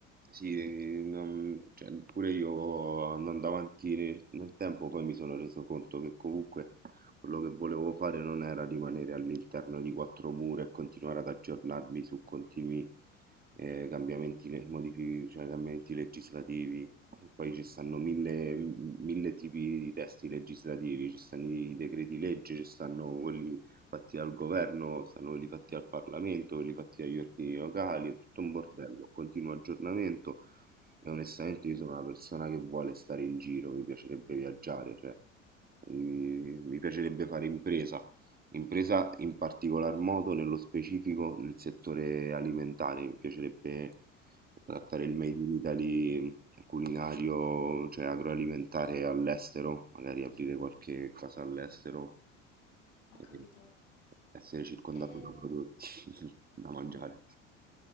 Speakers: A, on the right; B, on the left.
A: sì, non- cioè, pure io andando avanti nel, nel tempo poi mi sono reso conto che comunque quello che volevo fare non era rimanere all'interno di quattro mura e continuare ad aggiornarmi su continui eh, cambiamenti, le- modifi- cioè, cambiamenti legislativi. Poi ci stanno mille, mille tipi di testi legislativi, ci stanno i decreti legge, ci stanno quelli fatti dal governo, stanno quelli fatti al Parlamento, quelli fatti dagli ordini locali, è tutto un bordello,
B: Mm,
A: continuo aggiornamento e onestamente
B: mhm,
A: io sono una persona che vuole stare in giro, mi piacerebbe viaggiare, cioè mi, mi piacerebbe fare impresa, impresa in particolar modo nello specifico nel settore alimentare, mi piacerebbe trattare il Made
B: mm.
A: in Italy culinario, cioè agroalimentare all'estero, magari aprire qualche casa all'estero
B: Ho
A: e
B: capito.
A: essere circondato
B: Ehm,
A: da prodotti <laughs> da mangiare.
B: mh,